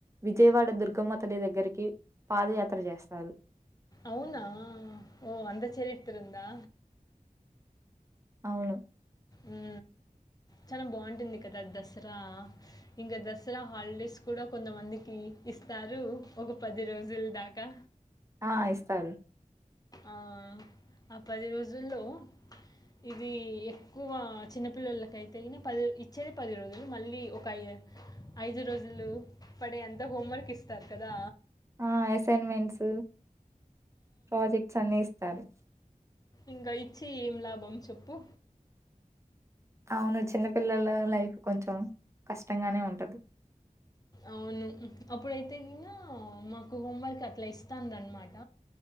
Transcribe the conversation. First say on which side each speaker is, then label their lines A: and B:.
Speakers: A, on the right; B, on the left.
A: విజయవాడ దుర్గమ్మతలి దగ్గరికి పాదయాత్ర చేస్తారు
B: అవునా ఓ అంత చెరిత్ర ఉందా
A: అవును
B: ఊ చాలా బాగుంటుంది కదా దసరా ఇంకా దసరా హాలిడేస్ కూడా కొంతమందికి ఇస్తారు ఒక పది రోజుల దాకా
A: ఆ ఇస్తారు
B: ఆ ఆ పది రోజుల్లో ఇది ఎక్కువ చిన్నపిల్లలకయితే గిన పది ఇచ్చేది పది రోజులు మళ్ళీ ఒక ఐదు ఐదు రోజులు పడే అంత హోంవర్క్ ఇస్తారు కదా
A: ఆ అసైన్మెంట్స్ ప్రాజెక్ట్స్ అన్ని ఇస్తారు
B: ఇంకా ఇచ్చి ఏం లాభం చెప్పు
A: అవును చిన్నపిల్లల లైఫ్ కొంచెం కష్టంగానే ఉంటది
B: అవును అప్పుడైతే ఇంకా మాకు హోంవర్క్ అట్లా ఇస్తాంరనమాట